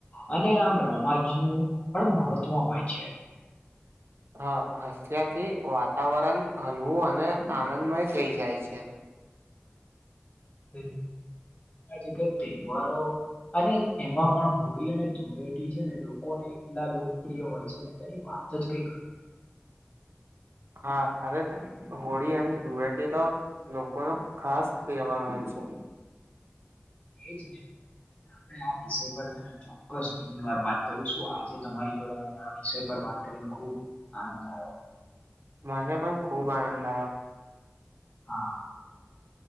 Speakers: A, on the left (about 40°); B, on the right (about 75°).
A: અને આમ રમાજ નું પણ મહત્વ હોય છે.
B: હ હસ્યાથી વાતાવરણ હલવું અને આનંદમય થઈ જાય છે.
A: <inaudible> એ આ જગ તહેવારો અને એમાં પણ હોળી અને ધોડેટી છે, ને લોકોને એટલા લોકપ્રિય હોય છે, ને તેની વા વાત જ કઈક
B: હા ખરેખર હોળી અને ધુળટી તો લોકો નો ખાસ તહેવાર હોય છે.
A: એજ ને આપણે આ વિષય પર છે, ચોક્કસ બીજી વાર વાત કરીશું આજે તમારી જોડે મને આ વિષય પર વાત વાત કરીને ખૂબ આનંદ આયો
B: મને પણ ખુબ આનંદ આયો
A: હા.